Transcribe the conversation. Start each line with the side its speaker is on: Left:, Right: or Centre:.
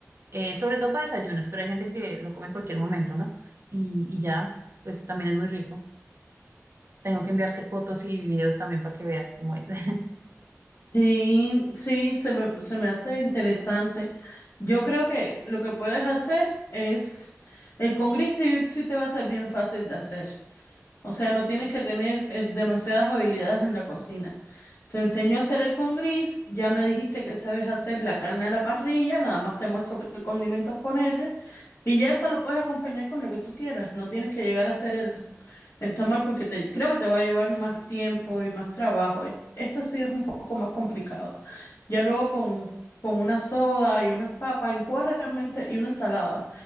Right: eh, sobre todo para desayunos, pero hay gente que lo come en cualquier momento, ¿no? Y, y ya, pues también es muy rico. Tengo que enviarte fotos y videos también para que veas cómo es. <laughs>
Left: Y sí, se me, se me hace interesante. Yo creo que lo que puedes hacer es, el con gris sí, sí te va a ser bien fácil de hacer. O sea, no tienes que tener eh, demasiadas habilidades en la cocina. Te enseño a hacer el con gris, ya me dijiste que sabes hacer la carne a la parrilla, nada más te muestro qué condimentos ponerle y ya eso lo puedes acompañar con lo que tú quieras. No tienes que llegar a hacer el, el tamal porque te, creo que te va a llevar más tiempo y más trabajo. Es- Eso sí es un poco más complicado. Ya luego con, con una soda y unas papas, en Cuba realmente, y una ensalada.